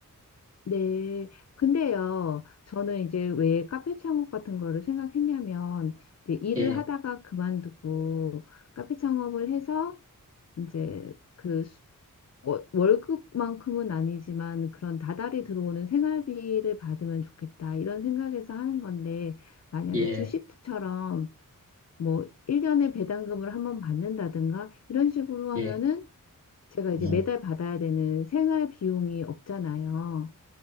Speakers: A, on the left (about 50°); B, on the right (about 40°).
A: 네. 근데요, 저는 이제 왜 카페 창업 같은 거를 생각했냐면, 이제 일을
B: 예,
A: 하다가 그만두고 카페 창업을 해서 이제 그 수- 워- 월급만큼은 아니지만 그런 다달이 들어오는 생활비를 받으면 좋겠다. 이런 생각에서 하는 건데, 만약에
B: 예,
A: 주식처럼 뭐 1년에 배당금을 한번 받는다든가 이런 식으로 하면은
B: 예.
A: 제가 이제
B: 네.
A: 매달 받아야 되는 생활 비용이 없잖아요.